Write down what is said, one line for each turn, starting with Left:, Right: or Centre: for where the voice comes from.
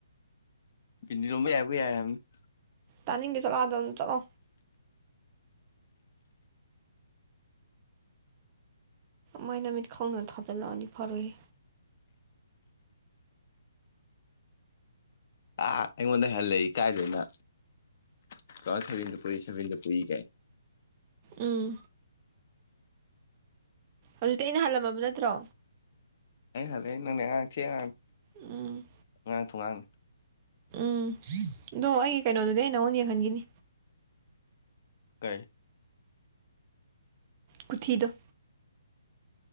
Left: ꯗꯤꯔꯝ ꯌꯥꯏꯕ ꯌꯥ <inaudible>
Right: ꯇꯥꯅꯤꯡꯗꯦ ꯆꯠꯂꯣ ꯑꯗꯥ ꯑꯗꯨꯝ ꯆꯠꯂꯣ ꯃꯩꯅꯅꯥꯃꯤꯠ <inaudible> ꯈ ꯈꯨꯋꯥꯅꯕ ꯇ ꯊꯥꯖꯅ ꯑꯅꯤ ꯐꯔꯨꯔꯤ
Left: ꯑꯥ ꯑꯩꯉꯣꯟꯗꯩ ꯍꯦꯜꯂꯦꯍꯦ ꯏꯀꯥꯏꯗꯦꯅ ꯇꯨ ꯊꯥꯎꯖꯥꯟ ꯁꯥꯕꯦꯟꯗ ꯄꯣꯛꯢ ꯁꯥꯕꯦꯟꯗ ꯄꯣꯛꯢ
Right: ꯎꯝ ꯍꯧꯖꯤꯛꯇꯤ ꯑꯩꯅ ꯍꯜꯂꯝꯃꯕ ꯅꯠꯇ꯭ꯔꯣ
Left: ꯑꯩ ꯍꯜꯂꯛꯑ ꯅꯪꯅꯦ ꯑꯉꯥꯡ ꯊꯦ <inaudible> ꯑꯉꯥꯡ
Right: ꯎꯝ
Left: ꯑꯉꯥꯡ ꯊꯨꯉꯥꯡꯅꯤ
Right: ꯎꯝ ꯑꯗꯣ ꯑꯩꯒꯤ ꯀꯩꯅꯣꯗꯨꯗꯤ ꯅꯪꯉꯣꯟ ꯌꯦꯡꯍꯟꯈꯤꯅꯤ
Left: ꯀꯩ
Right: ꯈꯨꯊꯤꯗꯣ